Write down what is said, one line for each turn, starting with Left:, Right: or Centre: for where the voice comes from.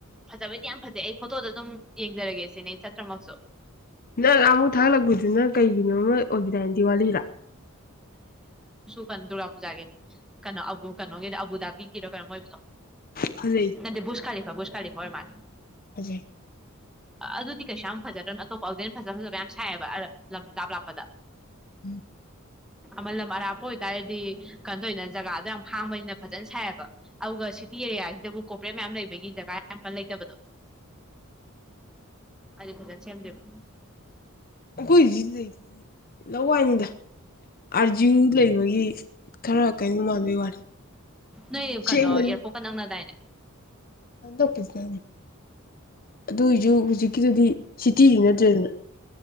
Centre: ꯐꯖꯕꯩꯗꯤ ꯌꯥꯝ ꯐꯖꯩ ꯑꯩ ꯐꯣꯇꯣꯗꯣ ꯑꯗꯨꯝ ꯌꯦꯡꯖꯔꯒꯦ ꯁꯤꯅꯦ ꯆꯠꯇ꯭ꯔꯃꯛꯁꯨ
Left: ꯅꯪ ꯑꯃꯨꯛ ꯊꯥꯒꯠꯂꯛꯄꯗꯨꯅ ꯀꯩꯒꯤꯅꯣ ꯑꯃ ꯑꯣꯏꯒꯗꯥꯅꯦ ꯗꯤꯋꯥꯂꯤꯗ
Centre: ꯄꯟꯗꯨꯥꯄꯨꯖꯥꯒꯦꯅꯦ ꯀꯩꯅꯣ ꯑꯕꯕꯨ ꯀꯩꯅꯣꯒ ꯑꯕꯕꯨꯗ ꯔꯔꯝ ꯃꯣꯏ
Left: ꯐꯖꯩ
Centre: ꯅꯗꯤ ꯕꯨꯁꯀꯥ ꯂꯤꯐ ꯁ ꯀ ꯍꯣꯏ ꯃꯥ
Left: ꯐꯖꯩ
Centre: ꯑꯗꯨꯗꯤ ꯀꯩꯁꯨ ꯌꯥꯝ ꯐꯖꯗ꯭ꯔꯅ ꯑꯇꯣꯞꯄ ꯑꯥꯎꯗꯦꯟ ꯐꯖ ꯐꯖꯕ ꯌꯥꯝ ꯁꯥꯏꯑꯕ ꯂꯝ ꯂꯥꯞ ꯂꯥꯞꯄꯗ
Left: ꯎꯝ
Centre: ꯃ ꯃꯔꯄ ꯑꯣꯏꯇꯥꯔꯗꯤ ꯀꯟꯗꯣꯏꯅ ꯖꯒꯥꯗꯣ ꯌꯥꯝ ꯍꯥꯡꯕꯅꯤꯅ ꯐꯖꯅ ꯁꯥꯏꯑꯕ ꯑꯒ ꯁꯤꯇꯤꯔꯦꯌꯥ ꯍꯥꯏꯗꯕꯨ ꯀꯣꯄꯔꯦꯠ ꯃꯌꯥꯝ ꯂꯩꯕꯒꯤ ꯖꯒꯥ ꯌꯥꯝ ꯐ ꯂꯩꯇꯕꯗꯣ ꯑꯗꯨꯗꯤ ꯐꯖꯅ ꯁꯦꯝꯗꯦꯕ
Left: ꯀꯣꯏ ꯂꯩ ꯂ ꯋꯥꯏꯅꯤꯗ ꯑꯥꯔꯖꯤꯡ ꯂꯩꯕꯒꯤ ꯈꯔ ꯀꯩꯅꯣ ꯃꯜꯥꯟꯕꯩ ꯋꯥꯂꯦ
Centre: ꯅꯣꯏ
Left: ꯁꯦꯡꯅꯅꯤ
Centre: ꯀꯩꯅꯣ ꯑꯦꯌꯥꯔꯄꯣꯔꯠꯀ ꯅꯛꯅꯗꯥꯏꯅꯦ
Left: ꯣꯛꯅꯦ ꯑꯗꯨ ꯑꯣꯏꯁꯨ ꯍꯧꯖꯤꯛꯀꯤꯗꯨꯗꯤ ꯁꯤꯇꯤ ꯍꯅꯗ꯭ꯔꯦꯗꯅ